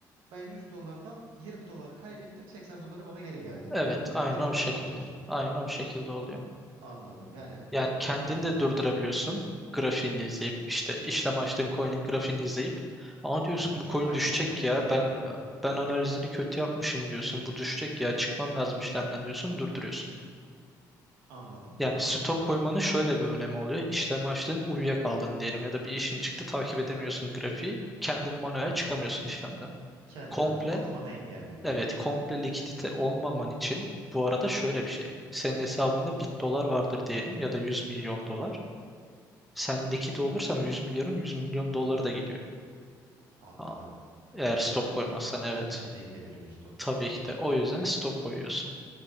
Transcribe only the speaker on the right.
Ben 100 dolardan 20 dolar kaybettim. 80 doları bana geri geldi. 19
dolarda
emir
kapandığı
için.
Anladım. Yani
evet
bu dediğin
gibi
birebir.
He,
çok
kaybettim
yeter
deyip
durabilir.
Anladım,
anladım,
anladım.
Kendini
batmanı engelliyor.
Anladın.
He.
Hepsi de gidebiliyor stopu
koymadığın
zaman.